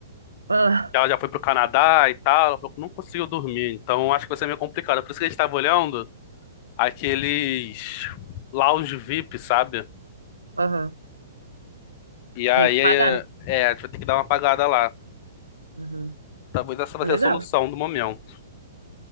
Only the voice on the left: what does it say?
Que Ela já foi pro Canadá e tal, ela falou que não conseguiu dormir, então acho que vai ser meio complicado. Por isso que a gente tava olhando aqueles lounge VIP, sabe?
E aí,
é,
é, a gente vai ter que dar uma apagada lá.
Talvez essa vai
ser a solução do momento.